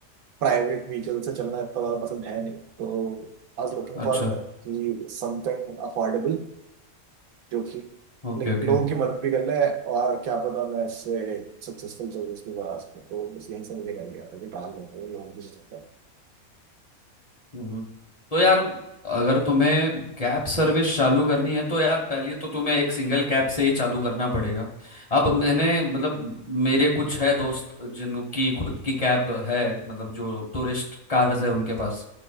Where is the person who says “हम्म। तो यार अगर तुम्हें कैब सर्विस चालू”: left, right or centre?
Left